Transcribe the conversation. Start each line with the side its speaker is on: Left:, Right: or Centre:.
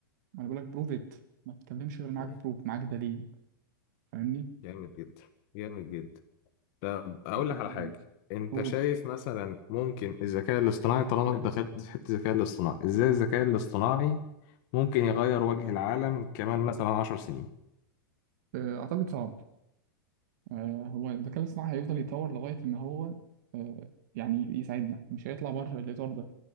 Right: انا بقول لك بروف ات ما تتكلمش غير معاك
Left: مم.
Right: بروف معاك دليل فاهمني
Left: جامد جدا جامد جدا طب أقول
Right: آه،
Left: لك على حاجة أنت
Right: قول
Left: شايف مثلا ممكن الذكاء الاصطناعي طالما أنت دخلت في حتة الذكاء الاصطناعي إزاي الذكاء الاصطناعي ممكن يغير وجه العالم كمان مثلا عشر سنين
Right: آه، اعتقد صعب آه، هو الذكاء الاصطناعي هيفضل يتطور لغايه ان هو آه، يعني يساعدنا مش هيطلع بره الاطار ده